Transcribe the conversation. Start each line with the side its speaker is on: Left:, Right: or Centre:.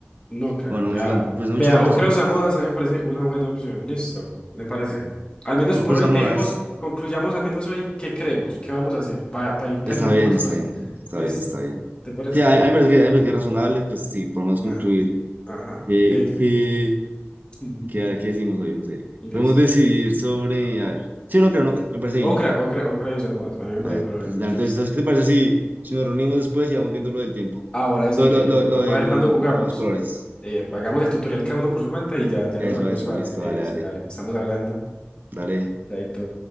Left: no creo,
Right: Bueno,
Left: ya.
Right: no me he hecho tan- pues no me
Left: Vea,
Right: he hecho tantos
Left: Ocra
Right: ocras.
Left: Osamudas a mí me parece una buena opción. Listo, ¿le parece? Al menos
Right: Ocros
Left: por hoy,
Right: a modas.
Left: dejemos, concluyamos al menos hoy qué creemos, qué vamos a hacer para ir planeando
Right: Está bien,
Left: más
Right: está
Left: cosas.
Right: bien, está
Left: Listo,
Right: bien, está bien.
Left: ¿te parece?
Right: Sí, hay, hay veces que, hay veces que es razonable, pues sí, por lo menos
Left: Ajá,
Right: concluir.
Left: ajá.
Right: Eh,
Left: Ok, ok.
Right: ¿qué,
Left: <laughs> Ujú.
Right: qué, qué decimos hoy? No sé.
Left: Listo.
Right: Podemos decidir sobre, a ver. Sí, no creo, no, me parece
Left: Ocra,
Right: bien.
Left: Ocra, Ocra y usamos. A mí me
Right: Dale,
Left: parece perfecto.
Right: dale,
Left: Listo.
Right: Entonces, ¿qué te parece si, si nos reunimos después y vamos viendo lo del tiempo?
Left: Ahora sí,
Right: Lo, lo,
Left: eh,
Right: lo, lo
Left: para
Right: del-
Left: ver cuándo jugamos.
Right: lo de los colores.
Left: Eh, hagamos el tutorial cada uno por su cuenta y ya, ya
Right: Eso,
Left: nos reunimos
Right: eso,
Left: para
Right: listo,
Left: ti. Eh,
Right: dale,
Left: listo,
Right: dale,
Left: dale, estamos hablando.
Right: dale,
Left: Chaito.